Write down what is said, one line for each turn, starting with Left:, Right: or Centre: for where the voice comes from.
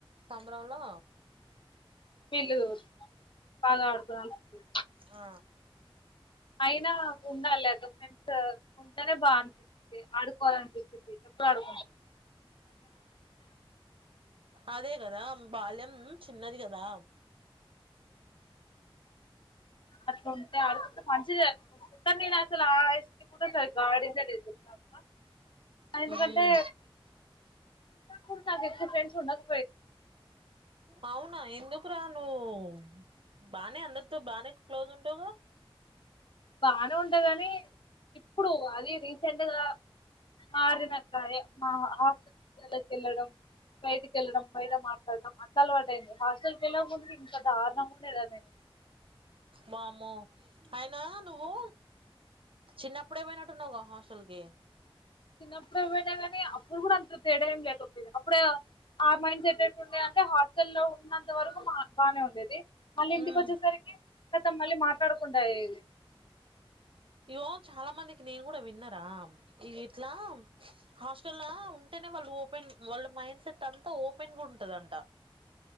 Right: సంబరంలో
Left: వీళ్ళు బాగా ఆడుకొని అలసిపోయి
Right: ఆ
Left: అయినా ఉండాలే అక్క ఫ్రెండ్స్ ఉంటేనే బా అనిపిస్తుది ఆడుకోవాలి అనిపించింది ఎప్పుడు ఆడుకో
Right: అదే కదా బాల్యం చిన్నది కదా
Left: అట్లా ఉంటే ఆడుకుంటే మంచిదే నేను అసలు ఆ వయసుకి కూడా సరిగా ఆడిందే లేదు తెలుసా అక్క ఎందుకంటే
Right: మ్మ్
Left: చిన్నప్పుడు నాకు ఎక్కువ ఫ్రెండ్ ఉండక
Right: అవు ఆ ఎందుకురా నువ్వు బానే అందరితో బానే క్లోజ్ ఉంటావుగా
Left: బానే ఉంటే గాని ఇప్పుడు అది రీసెంట్గా మారిన సరే మా హాస్టల్ కి వెళ్లడం బయటికి వెళ్లడం బయట మాట్లాడడం అట్లా అల పడంది హాస్టల్ కి వెళ్ళకు ముందు ఇంత దారణం ముండేది తనని
Right: వామ్మో అయినా నువ్వు చిన్నప్పుడే పోయినట్టున్నావు గా హాస్టల్ కి
Left: చిన్నప్పుడే పోయినా కానీ అప్పుడు కూడా అంత తేడా ఏం లేకపోయినా అప్పుడే ఆ మైండ్ సటేట్టు ఉండే అంటే హాస్టల్ లో ఉన్నంత వరకు బాగానే ఉండేది మళ్ళీ ఇంటికి
Right: ఉమ్
Left: వచ్చేసరికి కత మళ్ళీ మాట్లాడకుండా అయేది
Right: ఇగో చాలా మందికి నేను కూడా విన్నరా ఈ ఇట్లా హాస్టలా ఉంటేనే వాళ్ళు ఓపెన్ వాళ్ళ మైండ్ సెట్ అంతా ఓపెన్ గా ఉంటదంట